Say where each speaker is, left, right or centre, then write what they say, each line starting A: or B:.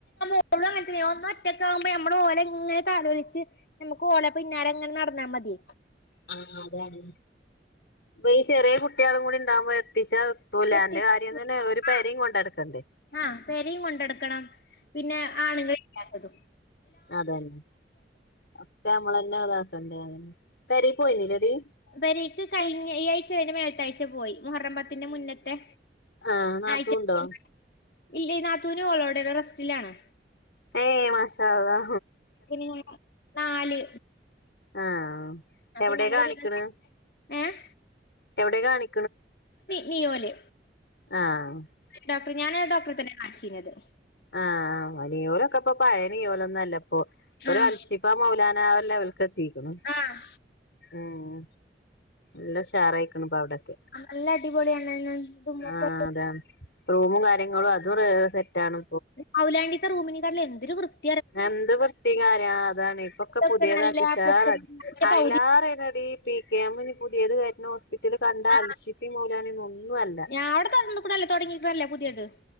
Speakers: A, on the left (about 60°); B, on the left (about 75°).
A: <unintelligible> ഒന്നൊറ്റക്കാവുമ്പോ നമ്മൾ ഓലെങ്ങനെ താലോലിച്ച് നമുക്ക് ഓല പിന്നാലെങ്ങനെ നടന്നാ മതി.
B: ആ അതാണ്. ഇപ്പ ഈ ചെറിയ കുട്യേളും കൂടി ണ്ടാവുമ്പോ എത്തിച്ചാ പു ലാന്റെ
A: എത്തി
B: കാര്യം തന്നെ ഒരു
A: ആ
B: പരീം കൊണ്ടടുക്കണ്ടേ?
A: ആഹ് പെരയും കൊണ്ടെടുക്കണം പിന്നെ ആണുങ്ങ ളില്ലാത്തതും.
B: അതന്നെ ഒക്കെ നമ്മള് തന്നെ താക്കണ്ടേ. അതന്നെ പെരീ പോയിര്ന്നില്ലെടീ?
A: പെരേക്ക് കഴിഞ്ഞ ഈ ആഴ്ചേൻ്റെ മേൽത്താഴ്ച പോയി. മുഹററംമ്പത്തിന്റെ മുന്നത്തെ
B: ആഹ് നാത്തൂണ്ടോ
A: ആയ്ച്ച പോയി. ഇല്ല ഈ നാത്തൂനോളോടേണ് റസ്റ്റിലാണ്.
B: ഏ മാഷാ അള്ളാ
A: <unintelligible> നാല്
B: ആ
A: അപ്പൊ
B: എവിടെ
A: ഞങ്ങള്
B: കാണിക്ക്ണ്
A: പിന്നെ ഏഹ്
B: എവിടെ കാണി
A: നിയോല്
B: ആഹ്
A: ഡോക്ടർ ഞാന ഡോക്ടറെ തന്നെ കാണിച്ചിരുന്നത്
B: ആഹ് നിയോലൊക്കെ ഇപ്പൊ പഴയ നിയോലൊന്നുല്ല. പ്പോ ഇപ്പ ഒരു
A: ആഹ്
B: അൽശിഫ മൗലാന ലെവലക്ക് എത്തിക്കുണ്
A: ആഹ്
B: ഉം എല്ലാഷാറായി അവിടേക്കെ
A: നല്ല അടിപൊളിയാണ്ന്ന് ഇതും
B: ആ
A: ഒക്കെ
B: അതാ റൂം കാര്യൊക്കെ കാര്യങ്ങളും അതും സെറ്റ് ആണ്.
A: മൌലാന ത്തെ റൂമിനെക്കാട്ടിലും എന്തൊരു വൃത്തി
B: എന്ത് വൃത്തി കാരം അതാണ് ഇപ്പൊക്കെ
A: ഇതൊക്കെ
B: പുതിയതാക്കി
A: നല്ല
B: ഉഷാറാ
A: പൊക്ക
B: അയിലേറെണടി
A: പൗതി
B: പി കെ എം ഇനി പുതിയത് കയറ്റുന്ന ഹോസ്പിറ്റൽ ഇതിൽ കണ്ട
A: ആ
B: അൽഷിഫ മൗലാന ന്നൊന്നും അല്ല
A: ഞാൻ അവിടെ തൊറന്ന്ക്ക്ണല്ലോ തൊടങ്ങീക്ക്ണല്ലോ പുതിയത്